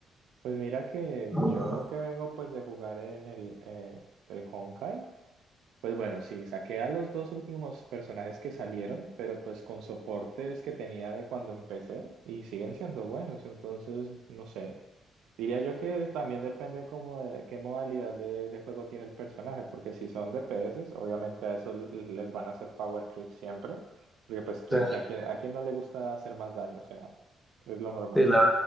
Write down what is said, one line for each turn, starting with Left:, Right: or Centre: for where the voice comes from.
Right: Pues mira que
Centre: O
Right: yo que vengo pues de jugar en el, eh, el Honkai, Pues bueno, sí, saqué a los dos últimos personajes que salieron, pero pues con soportes que tenía de cuando empecé y siguen siendo buenos, entonces no sé. Diría yo que también depende como de qué modalidad de, de juego tiene el personaje, porque si son DPS, obviamente a eso l- les van a hacer power creep siempre, porque pues que-
Centre: sea,
Right: que- a, quien, a quien no le gusta hacer más daño, o sea, es lo normal.
Centre: sí, la